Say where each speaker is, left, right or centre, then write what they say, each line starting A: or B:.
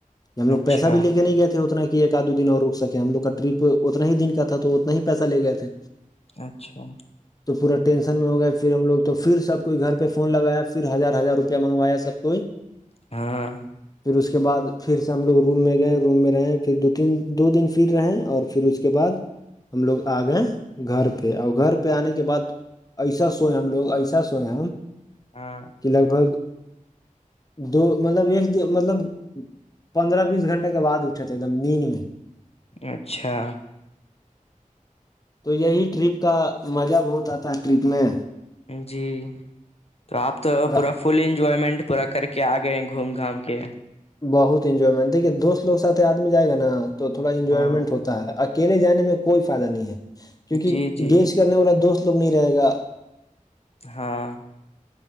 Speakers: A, on the left; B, on the left.
A: ہم لوگ
B: اچھا
A: پیسہ بھی لے کے نہیں گئے تھے اتنا کہ ایک آد دو دن اور رک سکے ہم لوگ کا ٹرپ اتنا ہی دن کا تھا تو اتنا ہی پیسہ لے گئے تھے
B: اچھا
A: تو پورا ٹینشن میں ہو گیا پھر ہم لگ تو پھر سب کوئی گھر پہ فون لگایا پھر ہزار ہزار روپیہ منگایا سب کوئی
B: ہاں
A: پھر اس کے بعد پھر سے ہم لوگ روم میں گئے روم میں رہے پھر دو تین دو دن پھر رہے اور پھر اس کے بعد ہم لوگ آ گئے گھر پہ اور گھر پہ آنے کے بعد ایسا سوئے ہم لوگ ایسا سوئے ہم
B: ہاں
A: کہ لگ بھگ دو مطلب ایک دن مطلب پندرہ بیس گنٹ کے بعد اٹھتے ایک دم نیند میں
B: اچھا
A: تو یہی ٹرپ تھا مزہ بہت آتا ہے ٹرپ میں
B: جی تو آپ تو
A: را-
B: پورا فل انجوائمنٹ پورا کر کے آگیے گئے گھوم گھام کے
A: بہت انجوائمنٹ دکھیے دوست لوگ ساتھ آدمی جائے گا نا تو تھوڑا انجوائمنٹ
B: ہاں
A: ہوتا ہے اچھا اکیلے جانے میں کوئی فائدہ نہیں ہے کیونکہ
B: جی جی
A: گینس کرنے والا دوست لوگ نہیں رہے گا
B: ہاں